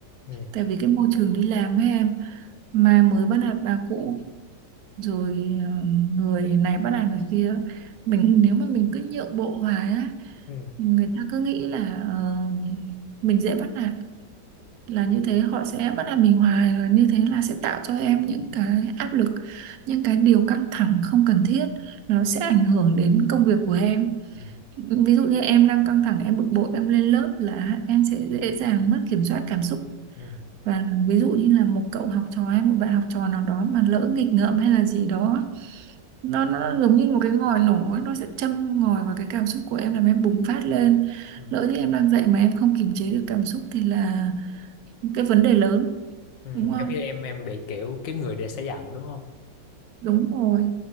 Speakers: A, on the left (about 80°); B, on the right (about 65°).
A: Ừ.
B: Tại vì cái môi trường đi làm với em mà mới bắt nạt bà cũ rồi ờ, người này bắt nạt người kia mình nếu mà mình cứ nhượng bộ hoài á
A: Ừ.
B: người ta cứ nghĩ là ờ, mình dễ bắt nạt là như thế họ sẽ bắt nạt mình hoài và như thế là sẽ tạo cho em những cái áp lực những cái điều căng thẳng không cần thiết nó sẽ ảnh hưởng đến công việc của em
A: Ừ.
B: ví dụ như em đang căng thẳng em bực bội em lên lớp là em sẽ dễ dàng mất kiểm soát cảm xúc
A: Ừ.
B: và ví dụ như là một cậu học trò hay một bạn học trò nào đó mà lỡ nghịch ngợm hay là gì đó nó nó giống như một cái ngòi nổ ấy, nó sẽ châm ngòi
A: Ừ.
B: vào cái cảm xúc của em làm em bùng phát lên
A: Ừ.
B: lỡ như em đang dạy mà em không kiềm chế được cảm xúc thì là cái vấn đề lớn
A: Ừ,
B: đúng không
A: Giống như em em bị kiểu kiếm người để xả giận đúng không?
B: đúng rồi